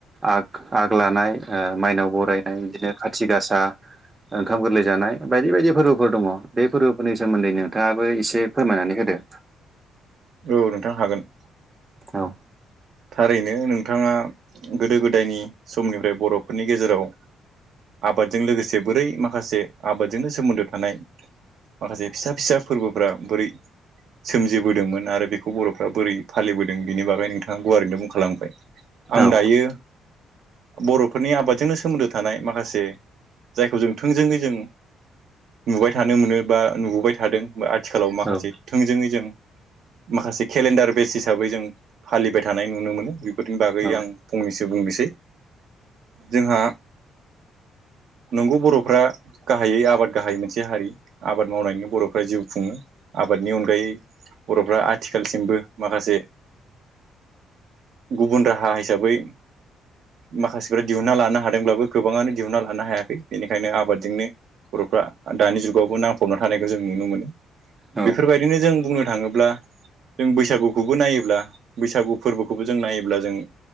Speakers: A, on the right (about 20°); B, on the right (about 70°).
A: आग आग लानाय माइनाव बरायनाय बिदिनो खाथि गासा ओंखाम गोरलै जानाय बायदि बायदि फोरबोफोर दङ बे फोरबोफोरनि सोमोन्दै नोंथाङाबो एसे फोरमायनानै होदो
B: औ नोंथां हागोन
A: औ
B: थारैनो नोंथाङा गोदो गोदायनि समनिफ्राय बर'फोरनि गेजेराव आबादजों लोगोसे बोरै माखासे आबादजोंनो सोमोन्दो थानाय माखासे फिसा फिसा फोरबोफ्रा बोरै सोमजिबोदोंमोन आरो बेखौ बर'फ्रा बोरै फालिबोदों बेनि बागै नोंथाङा गुवारैनो बुंखालांबाय आं
A: औ
B: दायो बर'फोरनि आबादजोंनो सोमोन्दो थानाय माखासे जायखौ जों थोंजोङै जों नुबाय थानो मोनो बा नुबोबाय थादों आथिखालाव माखासे
A: औ
B: थोंजोङै जों माखासे केलेन्डार बेस हिसाबै जों फालिबाय थानाय नुनो मोनो बेफोरनि बागै
A: औ
B: आं फंनैसो बुंनोसै जोंहा नंगौ बर'फ्रा गाहायै आबाद गाहायै मोनसे हारि आबाद मावनायनि बर'फ्रा जिउ खुङो आबादनि अनगायै फ्रा आथिखालसिमबो माखासे गुबुन राहा हिसाबै माखासेफ्रा दिहुनना लानो हादोंब्लाबो गोबाङानो दिहुनना लानो हायाखै बेनिखायनो आबादजोंनो बरफ्रा दानि जुगावबो नांफबना थानायखौ जों नुनो मोनो
A: औ
B: बेफोरबायदिनो जों बुंनो थाङोब्ला जों बैसागुखौबो नायोब्ला बैसागु फोरबोखौबो जों नायोब्ला जों